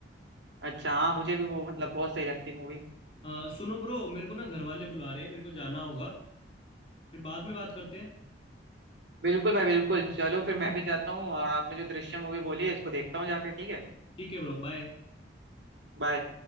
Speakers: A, on the right; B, on the left.
A: अच्छा हाँ मुझे भी वो मतलब बहुत सही लगती मूवी
B: अ, सुनो ब्रो मेरे को ना घर वाले बुला रहे हैं मेरे को जाना होगा फिर बाद में बात करते हैं
A: बिल्कुल भाई बिल्कुल चलो फिर मैं भी जाता हूँ और आपने जो दृश्य मूवी बोली है इसको देखता हूँ जाके ठीक है
B: ठीक है ब्रो बाय
A: बाय